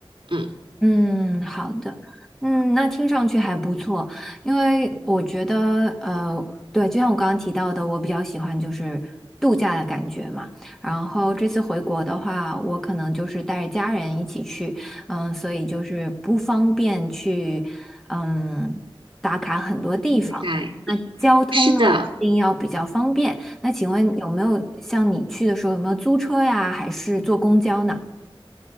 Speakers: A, on the right; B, in the centre.
A: 嗯，
B: 嗯，好的，嗯，那听上去还不错，因为我觉得，呃，对，就像我刚刚提到的，我比较喜欢就是度假的感觉嘛。然后这次回国的话，我可能就是带着家人一起去，嗯，所以就是不方便去，嗯，打卡很多地方。
A: 大概
B: 那交通呢，
A: 是的。
B: 一定要比较方便。那请问有没有像你去的时候有没有租车呀，还是坐公交呢？